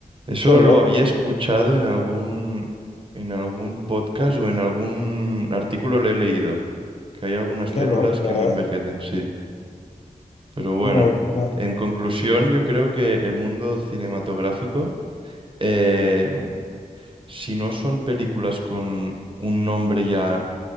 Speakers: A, on the right (about 35°); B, on the left (about 45°).
A: Eso
B: qué loco,
A: lo había escuchado en algún, en algún podcast o en algún artículo lo he leído, que hay algunas
B: qué
A: células
B: loco,
A: que no
B: ¿eh?
A: envejecen, sí. Pero bueno,
B: Una locura.
A: en conclusión, yo creo que el mundo cinematográfico eh, si no son películas con un nombre ya